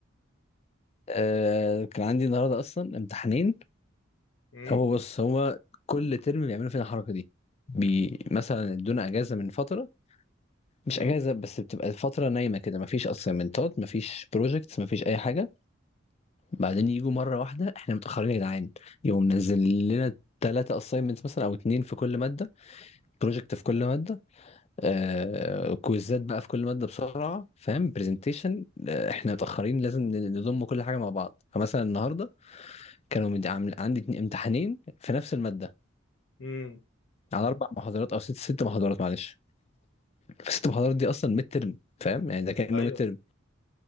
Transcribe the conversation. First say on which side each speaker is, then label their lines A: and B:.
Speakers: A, on the left (about 30°); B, on the left (about 75°).
A: أه كان عندي النهارده اصلا امتحانين
B: امم
A: هو بص هو كل ترم بيعملوا فينا الحركه دي بي مثلا ادونا اجازه من فتره مش
B: امم
A: اجازه بس بتبقى الفتره نايمه كده مفيش اسايمنتات مفيش بروجكتس مفيش اي حاجه بعدين يجوا مره واحده احنا متاخرين يا جدعان يقوم منزل لنا ثلاثة اساينمنتس مثلا او اتنين في كل مادة بروجكت في كل مادة آه، كويزات بقى في كل ماده بسرعه فاهم برزنتيشن آه، احنا متاخرين لازم ن- نضم كل حاجه مع بعض فمثلا النهارده كانوا مد- عامل- عندي اتنين- امتحانين في نفس الماده
B: امم
A: على اربع محاضرات او ست ست محاضرات معلش فست محاضرات دي اصلا ميد ترم فاهم يعني ده كانه
B: ايوه
A: ميد ترم